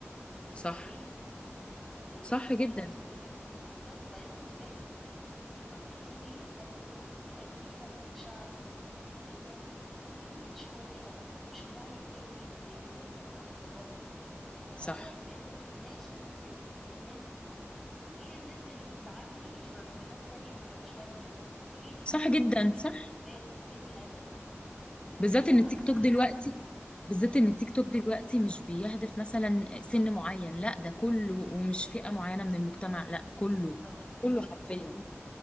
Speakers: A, in the centre; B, on the left.
A: و-
B: صح
A: فليه يعني ليه ليه
B: صح جدا
A: نعمل في نفسنا كده بالظبط وبعدين خدي بالك انت ما انت في برضو فئة كبيرة من الشعب آه، يعني أميين شوية أو ما عندهمش الوعي الكافي إن يقول لهم ده صح وده غلط فهو
B: صح
A: أنت بتناشد ال... الناس دي وهي الناس دي اللي بتعلي في, في ناس تانية ما بيعملوش حاجة في حين
B: صح
A: إن
B: جدا
A: فين
B: صح
A: الاستفادة فين الهدف
B: بالذات
A: يعني اه
B: إن التيك
A: أنا مع
B: توك دلوقتي بالذات
A: اه
B: ان التيك توك دلوقتي مش بيهدف مثلا سن معين لا ده كله ومش فئة معينة من المجتمع لا كله
A: بالظبط
B: كله
A: بالظبط
B: حرفيا